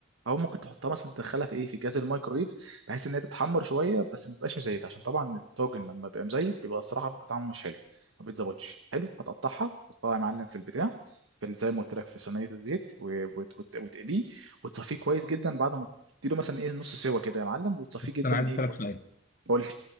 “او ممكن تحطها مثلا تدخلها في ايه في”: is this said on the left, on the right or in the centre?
Right